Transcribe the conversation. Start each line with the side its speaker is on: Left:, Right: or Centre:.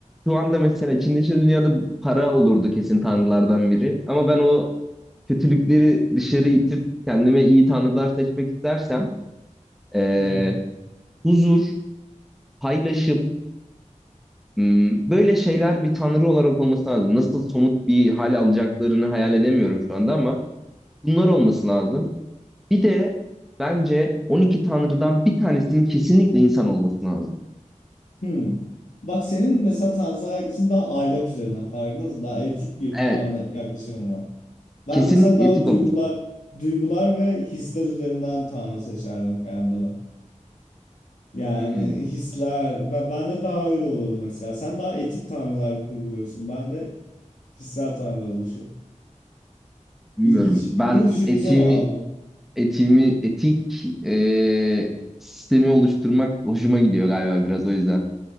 Centre: Şu anda mesela içinde şu dünyada para olurdu kesin tanrılardan biri. Ama ben o kötülükleri dışarı itip kendime iyi tanrılar seçmek istersem e,
Left: <laughs>
Centre: huzur, paylaşım, Hmm, Böyle şeyler bir tanrı olarak olması lazım. Nasıl somut bir hal alacaklarını hayal edemiyorum şu anda ama bunlar olması lazım. Bir de bence 12 tanrıdan bir tanesinin kesinlikle insan olması lazım.
Left: Hmm. Bak senin mesela tanrısal yaklaşımın daha aylak üzerinden farkında mısın? Daha etik bir
Centre: Evet,
Left: tanrı yaklaşımın var. Ben
Centre: kesinlikle
Left: mesela daha
Centre: etik
Left: duygular
Centre: olması.
Left: duygular ve hisler üzerinden tanrı seçerdim kendime. Yani
Centre: Hmm,
Left: hisler ben, ben de daha öyle olurdu mesela. Sen daha etik tanrılar kurguluyorsun. Ben de hissel tanrılar oluşuyor.
Centre: bilmiyorum.
Left: İlginç.
Centre: Ben
Left: Bunu düşüneceğim
Centre: etiğimi
Left: abi.
Centre: etiğimi etik eee, sistemi oluşturmak hoşuma gidiyor galiba biraz o yüzden.